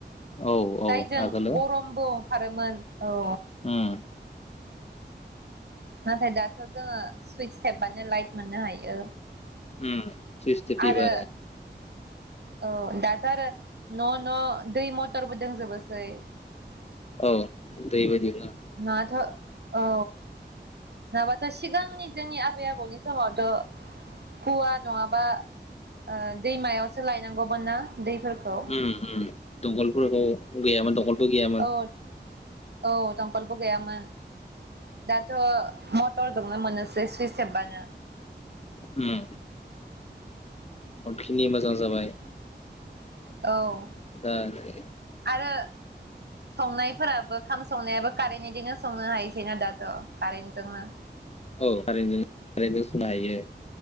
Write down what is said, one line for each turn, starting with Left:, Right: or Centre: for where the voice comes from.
Left: औ औ
Right: जायजों
Left: आगोलो
Right: गरमबो खारोमोन औ
Left: उम
Right: नाथाय दाथ' जोङो सुइस सेरबानो लाइट मोननो हायो
Left: उम सुइस टिपिबा
Right: आरो औ दाथ' आरो न' न' दै मटरबो दोंजोबोसै
Left: औ दैबायदि
Right: नाथ' औ नङाबाथ' सिगांनि जोंनि आबै आबौनि समावथ' हौवा नङाबा? ओ दैमायाव सोलायनांगौमोन ना? दैफोरखौ
Left: उम उम दंखलफोरखौ गैया मोन दंख बो गैयामोन।
Right: औ औ दंखलबो गैयामोन दाथ' मटरजोंनो मोननोसै सुइस सेरबानो।
Left: हम बहुतखिनि मोजां जाबाय।
Right: औ
Left: <unintelligible>
Right: आरो संनायफोराबो खाम संनायाबो कारेन्टनिदोनो संनो हायसैना दाथ' कारेन्टजोंनो
Left: औ खारेन्टजोंनो कारन्टजों सुनो हायो